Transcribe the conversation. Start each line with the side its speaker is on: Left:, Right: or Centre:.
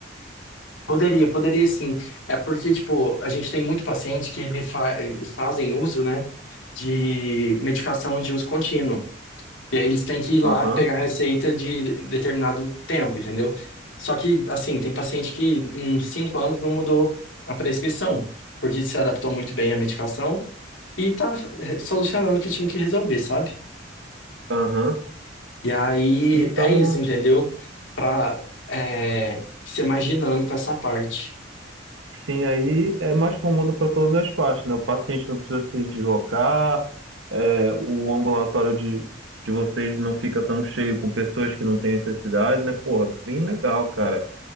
Left: Poderia, poderia sim. É porque, tipo, a gente tem muito paciente que ele fa eles fazem uso, né, de medicação de uso contínuo. E aí eles têm que ir lá
Right: Aham,
Left: pegar a receita de determinado tempo, entendeu? Só que, assim, tem paciente que em cinco anos não mudou a prescrição, porque se adaptou muito bem à medicação e tá eh, solucionando o que tinha que resolver, sabe?
Right: aham.
Left: E aí
Right: Então,
Left: é isso, entendeu? Pra é, ser mais dinâmico essa parte.
Right: sim, aí é mais cômodo para todas as partes, né? O paciente não precisa se deslocar, é, o ambulatório de, de vocês não fica tão cheio com pessoas que não têm necessidade, né? Porra, bem legal, cara.